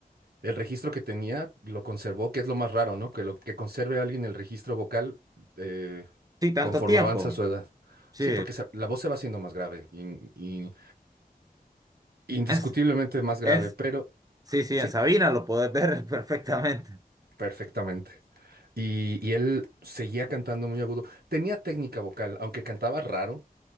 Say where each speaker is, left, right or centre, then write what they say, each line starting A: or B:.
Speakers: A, on the right; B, on the right.
A: el registro que tenía lo conservó, que es lo más raro, ¿no? Que lo que conserve a alguien el registro vocal eh,
B: Sí, tanto
A: conforme
B: tiempo.
A: avanza su edad.
B: Sí.
A: Sí, porque se- la voz se va haciendo más grave y, Indiscutiblemente
B: En S-
A: más
B: en
A: grave,
B: S-
A: pero
B: sí, sí,
A: sí,
B: en Sabina lo podés ver <laughs> perfectamente.
A: perfectamente. Y, y él seguía cantando muy agudo. Tenía técnica vocal, aunque cantaba raro,